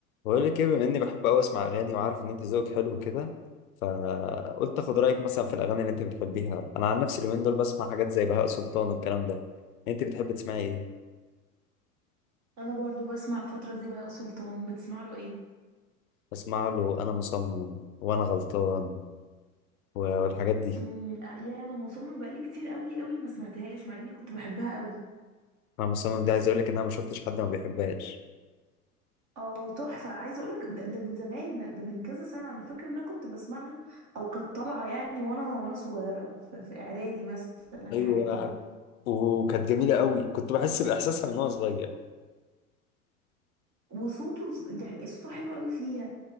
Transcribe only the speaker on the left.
بقول لك ايه بما اني بحب قوي اسمع اغاني وعارف ان انت ذوقك حلو كده فقلت اخد رايك مثلا في الاغاني اللي انت بتحبيها انا عن نفسي اليومين دول بسمع حاجات زي بهاء سلطان والكلام ده انت بتحب تسمعي ايه
بسمع له انا مصمم وانا غلطان و- والحاجات دي
انا مصمم ده عايز اقول لك ان انا ما شفتش حد ما بيحبهاش
ايوه
وكانت جميله قوي كنت بحس باحساسها من وانا صغير